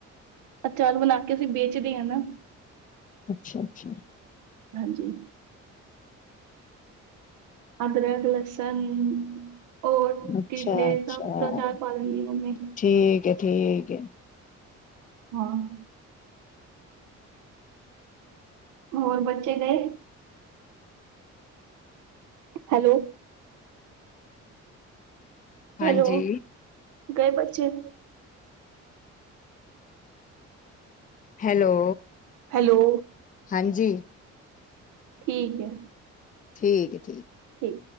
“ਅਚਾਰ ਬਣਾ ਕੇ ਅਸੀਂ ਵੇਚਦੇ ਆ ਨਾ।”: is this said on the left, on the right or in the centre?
Right